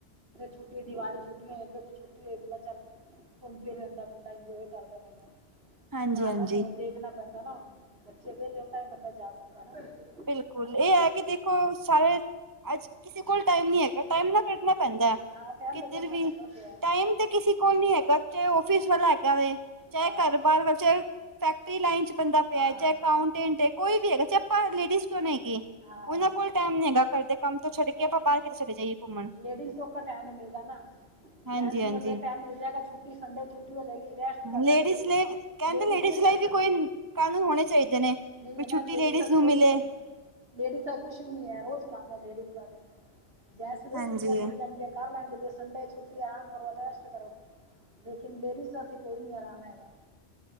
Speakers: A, on the right (about 55°); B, on the right (about 20°).
A: ਛੁੱਟੀ ਦੀਵਾਲੀ ਛੁੱਟੀਆਂ ਏਧਰ ਵੀ ਛੁੱ ਦਾ ਚੱਲ ਘੁੰਮ ਫਿਰ ਲੈਂਦਾ ਬੰਦਾ ਇੰਜੋਏ ਕਰਦਾ ਬੰਦਾ।
B: ਹਾਂਜੀ
A: ਘੱਰ
B: ਹਾਂਜੀ
A: ਦਾ ਮੌਲ ਦੇਖਣਾ ਪੈਂਦਾ ਨਾ ਬੱਚੇ ਵਿਹਲੇ ਤਾਂ ਹੀ ਬੰਦਾ ਜਾ ਸਕਦਾ ਨਾ।
B: ਬਿਲਕੁੱਲ ਇਹ ਹੈ ਕਿ ਦੇਖੋ ਸਾਰੇ ਅੱਜ ਕਿਸੇ ਕੋਲ
A: ਹਾਂ।
B: ਟਾਈਮ ਨੀ ਹੈਗਾ ਟਾਈਮ ਨਾ ਕੱਢਣਾ ਪੈਂਦਾ।
A: ਹਾਂ ਟਾਈਮ
B: ਕਿੱਧਰ
A: ਤੇ ਕੱਢਣਾ
B: ਵੀ
A: ਪੈਂਦਾ ਪਿਆ
B: ਟਾਈਮ ਤੇ ਕਿਸੇ ਕੋਲ ਨੀ ਹੈਗਾ ਚਾਹੇ ਆੱਫਿਸ ਵਾਲਾ ਹੈਗਾ ਵੇ। ਚਾਹੇ
A: ਹਾਂ
B: ਘੱਰ-ਬਾਰ ਵਾ ਚਾਹੇ ਫੈਕਟਰੀ ਲਾਈਨ ਚ ਬੰਦਾ ਪਿਆ,
A: ਹਾਂ
B: ਚਾਹੇ ਅਕਾਊਂਟੈਂਟ ਕੋਈ ਵੀ ਹੈਗਾ ਚਾਏ ਪ ਲੇਡੀਜ ਕਿਉਂ ਨਾ ਹੈਗੇ-
A: ਹਾਂ
B: ਉਹਨਾਂ ਕੋਲ ਟੈਮ ਨੀ ਹੈਗਾ ਘੱਰਦੇ ਦੇ ਕੰਮ ਤੋਂ ਛੱਡ ਕੇ
A: ਹਾਂ
B: ਆਪਾਂ ਬਾਹਰ ਕਿਤੇ ਚਲੇ ਜਾਈਏ ਘੁੰਮਣ।
A: ਲੇਡੀਜ਼ ਕੋ ਸੋਖਾ ਟੈਮ ਨੀ ਮਿਲਦਾ ਨਾ।
B: ਹਾਂਜੀ
A: ਜੈਂਟਸ ਨੂੰ
B: ਹਾਂਜੀ
A: ਤੇ ਫਿਰ ਟਾਈਮ ਮਿਲ ਜਾਏਗਾ ਛੁੱਟੀ ਸੰਡੇ ਛੁੱਟੀ ਹੋ ਜਾਏਗੀ ਰੈਸਟ ਕਰ ਲੈਣਗੇ।
B: ਲੇਡੀਜ਼ ਲਈ ਕਹਿੰਦੇ
A: ਲੇਡੀਜ਼ ਨਹੀਂ ਕਰ
B: ਲਈ
A: ਸਕਦੀ
B: ਵੀ ਕੋਈ ਕਾਨੂੰਨ ਹੋਣੇ ਚਾਹੀਦੇ ਨੇ
A: ਨਹੀਂ
B: ਵੀ
A: ਐ ਨਾ
B: ਛੁੱਟੀ
A: ਲੇਡੀਜ਼ ਸਭ
B: ਨੂੰ
A: ਕੋਈ
B: ਮਿਲੇ
A: ਵੀ ਐ। ਲੇਡੀਜ਼ ਦਾ ਕੁੱਛ ਵੀ ਨੀ ਐ ਰੋਜ਼ ਕੰਮ ਐ ਲੇਡੀਜ਼ ਦਾ ਤੇ। ਜੈਂਟਸ ਨੂੰ ਫਿਰ
B: ਹਾਂਜੀ
A: ਛੁੱਟੀਆਂ ਮਿਲ ਜਾਣਗੇ ਕਰ ਲੈਣਗ ਸੰਡੇ ਛੁੱਟੀ ਆਰਾਮ ਰੈਸਟ ਕਰੋ। ਲੇਕਿਨ ਲੇਡੀਜ਼ ਦਾ ਤੇ ਕੋਈ ਨੀ ਆਰਾਮ ਹੈਗਾ